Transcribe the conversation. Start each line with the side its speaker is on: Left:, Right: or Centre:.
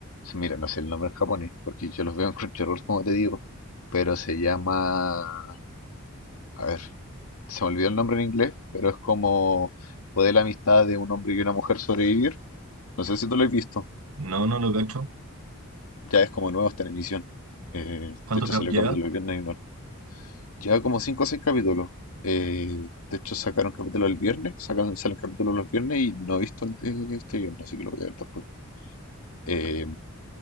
Left: mira, no sé el nombre en japonés porque yo los veo en Crunchyroll como te digo, pero se llama, a ver, se me olvidó el nombre en inglés, pero es como poder la amistad de un hombre y una mujer sobrevivir. No sé si tú lo has visto.
Right: No, no lo cacho.
Left: Ya es como nuevo, está en emisión. Eh,
Right: ¿Cuánto
Left: de hecho,
Right: cap
Left: salió
Right: lleva?
Left: el capítulo el viernes y no. Lleva como 5 o 6 capítulos. Eh, de hecho, sacaron capítulo el viernes, sacaron, salen capítulos los viernes y no he visto el de este viernes, así que lo voy a ver después. Eh,